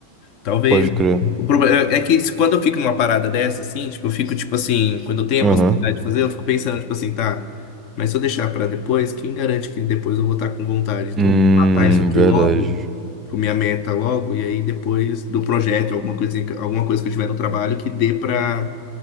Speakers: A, on the left (about 45°); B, on the right (about 20°).
A: Talvez.
B: Pode crer.
A: O problema é é que se- quando eu fico numa parada dessa, assim, tipo, eu fico, tipo assim, quando eu tenho
B: Aham.
A: a possibilidade de fazer, eu fico pensando, tipo assim, tá, mas se eu deixar pra depois, quem garante que depois eu vou estar com vontade? Então,
B: Hum,
A: matar isso aqui
B: verdade.
A: logo, tipo, minha meta logo, e aí depois do projeto, alguma coisa, alguma coisa que eu tiver no trabalho que dê pra